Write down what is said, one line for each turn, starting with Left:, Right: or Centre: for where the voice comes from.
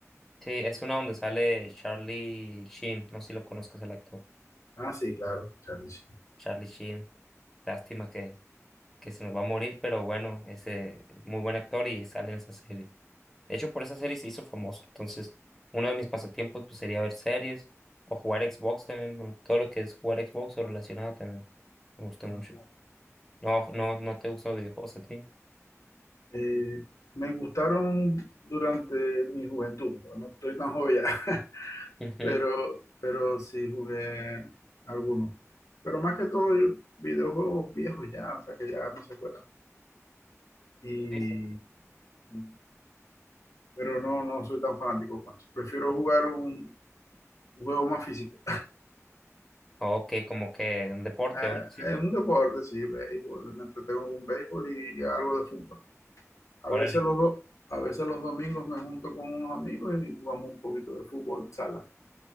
Centre: Sí, es una donde sale Charlie Sheen. No sé si lo conozcas el actor.
Left: Ah, sí, claro, Charlie Sheen.
Centre: Charlie Sheen. Lástima que, que se nos va a morir, pero bueno, ese es muy buen actor y sale en esa serie. De hecho, por esa serie se hizo famoso. Entonces, uno de mis pasatiempos pues, sería ver series o jugar Xbox también. ¿no? Todo lo que es jugar Xbox o relacionado también. Me gusta mucho.
Left: Ah, bueno.
Centre: No, no, no te gustan los videojuegos a ti.
Left: Eh, me gustaron durante mi juventud, no No estoy tan joven ya, <laughs>
Centre: Ujú.
Left: pero, pero sí jugué algunos. Pero más que todo, yo- videojuegos viejos ya, o sea que ya no se juegan. Y,
Centre: Sí, sí.
Left: y- pero no, no soy tan fanático. pues. Prefiero jugar un un juego más físico.
Centre: Ok, como que un deporte,
Left: Eh,
Centre: o- sí.
Left: es un deporte, sí, béisbol. Me entretengo con béisbol y algo de fútbol. A
Centre: Órale,
Left: veces los do- a veces los domingos me junto con unos amigos y jugamos un poquito de fútbol sala.